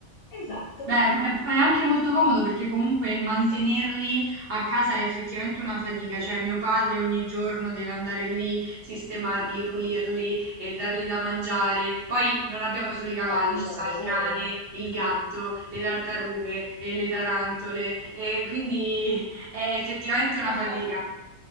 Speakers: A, on the left (about 65°); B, on the right (about 50°).
A: Esatto,
B: Beh, è, è anche molto comodo perché comunque mantenerli
A: sì,
B: a casa è effettivamente una fatica. Cioè, mio padre ogni giorno deve andare lì, sistemarli, pulirli e dargli da mangiare. Poi non abbiamo solo i cavalli,
A: è un
B: ci
A: lavoro.
B: sta il cane, il gatto, le tartarughe e le tarantole. E quindi <laughs> è effettivamente una
A: <laughs>
B: fatica.